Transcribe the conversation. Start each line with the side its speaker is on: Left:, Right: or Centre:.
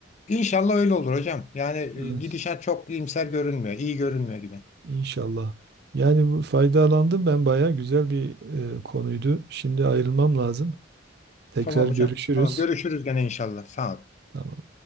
Left: İnşallah öyle olur hocam. Yani e,
Right: Evet.
Left: gidişat çok iyimser görünmüyor. iyi görünmüyor gibi.
Right: İnşallah. Yani bu faydalandım ben bayağı güzel bir e, konuydu. Şimdi ayrılmam lazım. Tekrar
Left: Tamam
Right: görüşürüz.
Left: hocam. Tamam görüşürüz gene inşallah. Sağ ol.
Right: Tamam.